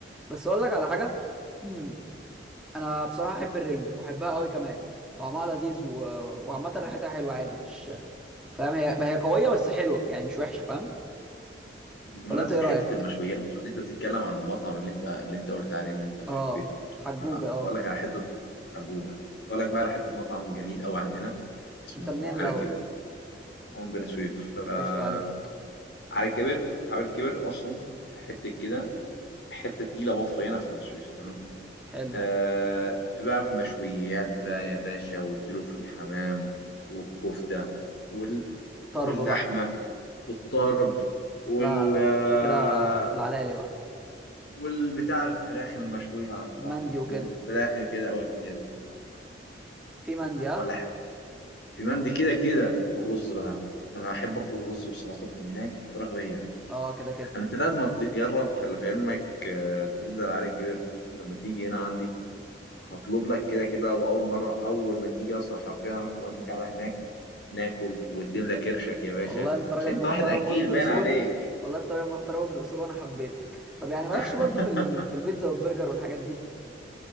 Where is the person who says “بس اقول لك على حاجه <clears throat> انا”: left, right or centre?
Centre